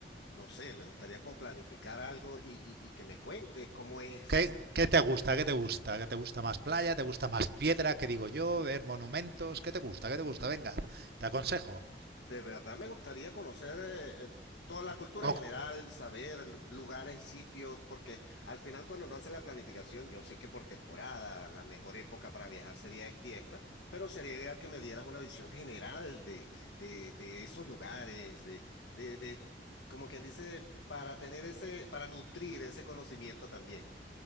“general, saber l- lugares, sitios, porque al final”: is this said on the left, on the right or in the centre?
Left